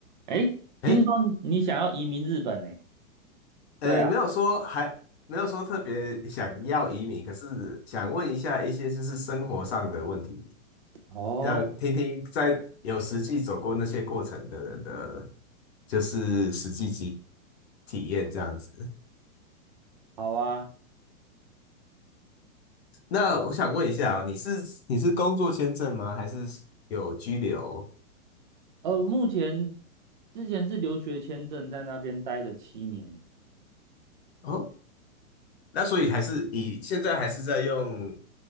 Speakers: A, on the right; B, on the left.
A: 诶，
B: 诶，
A: 听说你想要移民日本呢？
B: 呃，
A: 对啊，
B: 没有说还没有说特别想要移民，可是想问一下一些就是生活上的问题，
A: 哦，
B: 让听听在有实际走过那些过程的人的，就是实际体体验这样子。
A: 好啊，
B: 那我想问一下哦，你是你是工作签证吗？还是有居留？
A: 呃，目前之前是留学签证，在那边待了七年，
B: 哦，那所以还是以现在还是在用，